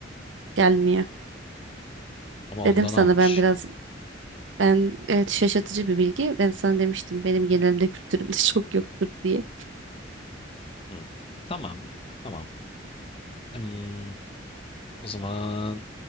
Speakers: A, on the right; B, on the left.
A: Gelmiyor.
B: Ama
A: Dedim
B: ondan
A: sana
B: almış.
A: ben biraz Ben evet şaşırtıcı bir bilgi. Ben sana demiştim benim genelimde kültürümde <laughs> çok yoktur diye.
B: Hı. Tamam. Tamam. Hmm, o zaman